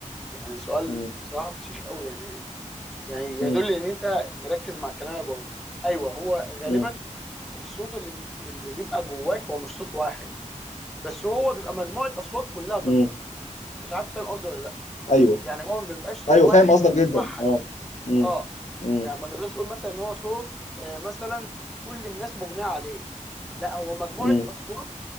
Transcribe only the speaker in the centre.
يعني سؤال
بصراحه فشيخ قوي يعني يعني يدل
ان انت مركز مع الكلام اللي أنا بقوله ايوه هو غالبا
الصوت اللي بي... اللي بيبقى جواك هو مش صوت واحد بس هو بيبقى مجموعه اصوات كلها ضدك
مش عارف فاهم قصدي ولا لا
يعني هو ما بيبقاش صوت
واحد
واحد
اه
ما ما تقدرش تقول مثلا ان هو صوت آه، مثلا كل الناس مجمعه عليه لا هو مجموعه
اصوات